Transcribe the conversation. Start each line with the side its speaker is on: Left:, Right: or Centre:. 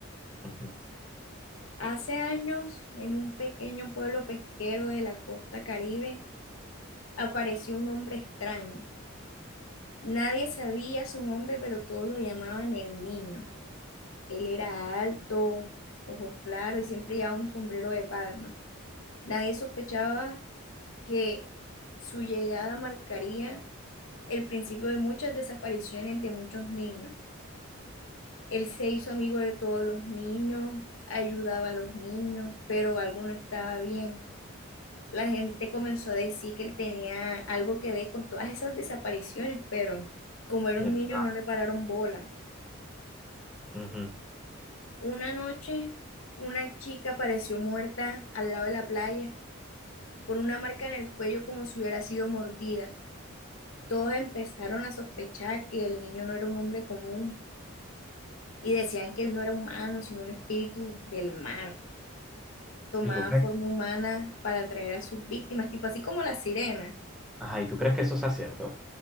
Centre: Ujú.
Left: Hace años, en un pequeño pueblo pesquero de la costa Caribe, apareció un hombre extraño. Nadie sabía su nombre, pero todos lo llamaban el niño. Él era alto, ojos claros y siempre llevaba un sombrero de palma. Nadie sospechaba que su llegada marcaría el principio de muchas desapariciones de muchos niños. Él se hizo amigo de todos los niños, ayudaba a los niños, pero algo no estaba bien. la gente comenzó a decir que él tenía algo que ver con todas esas desapariciones, pero como era
Centre: Mierda.
Left: un niño no le pararon bola.
Centre: Ujú.
Left: Una noche, una chica apareció muerta al lado de la playa, con una marca en el cuello como si hubiera sido mordida. Todos empezaron a sospechar que el niño no era un hombre común y decían que él no era humano, sino un espíritu del mar. Tomaba
Centre: ¿Y tú crees?
Left: forma humana para atraer a sus víctimas, tipo así como la sirena.
Centre: Ajá, ¿y tú crees que eso sea cierto?